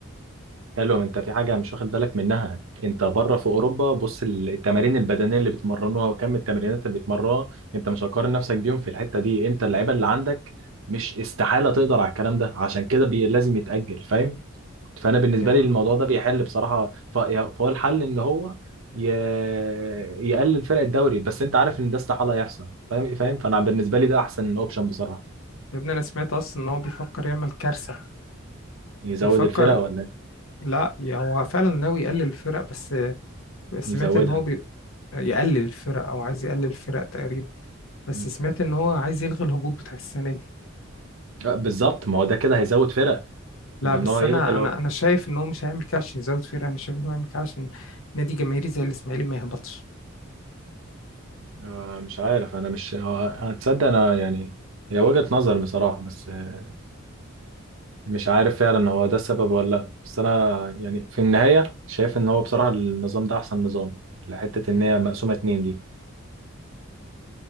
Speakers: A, on the right; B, on the left.
A: حلو انت في حاجه مش واخد بالك منها انت بره في اوروبا بص التمارين البدنيه اللي بيتمرنوها وكم التمرينات اللي بيتمرنوها انت مش هتقارن نفسك بيهم في الحته دي انت اللعيبه اللي عندك مش استحاله تقدر على الكلام ده عشان كده بي... لازم يتاجل فاهم فانا بالنسبه
B: يا
A: لي الموضوع ده بيحل بصراحه ف- يا- فهو الحل ان هو ي... يقلل فرق الدوري بس انت عارف ان ده استحاله يحصل فاهم فاهم فانا بالنسبه لي ده احسن اوبشن بصراحه
B: يا ابني أنا سمعت أصلا إن هو بيفكر يعمل كارثة
A: يزود
B: بيفكر
A: الفرق ولا إيه؟
B: لا يا هو فعلا ناوي يقلل الفرق بس سمعت
A: يزودها
B: ان هو بي... يقلل الفرق او عايز يقلل الفرق تقريبا بس
A: مم.
B: سمعت ان هو عايز يلغي الهبوط بتاع السنه دي
A: آه، بالظبط ما هو ده كده هيزود فرق
B: لا
A: ما هو ان
B: بس
A: هو يلغي
B: انا
A: لو...
B: انا انا شايف ان هو مش هيعمل كده عشان يزود فرق انا شايف ان هو هيعمل كده عشان نادي جماهيري زي الاسماعيلي ما يهبطش
A: آه، مش عارف انا مش آه، هتصدق انا يعني هي وجهه نظر بصراحه بس آه، مش عارف فعلا هو ده السبب ولا لا بس انا يعني في النهايه شايف ان هو بصراحه النظام ده احسن نظام لحته ان هي مقسومه اتنين دي